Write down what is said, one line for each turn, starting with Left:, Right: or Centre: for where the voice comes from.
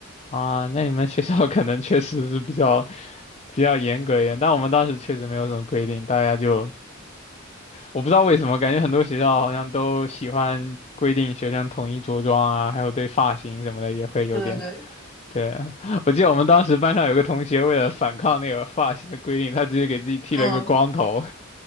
Left: 啊，那你们学校 <laughs> 可能确实是比较比较严格一点，但我们当时确实没有什么规定，大家就我不知道为什么，感觉很多学校好像都喜欢规定学生统一着装啊，还有对发型什么的也会有点。
Centre: 对对对，
Left: 对啊，我记得我们当时班上有个同学为了反抗那个发型的规定，他直接给自己剃了一个光头，
Centre: 嗯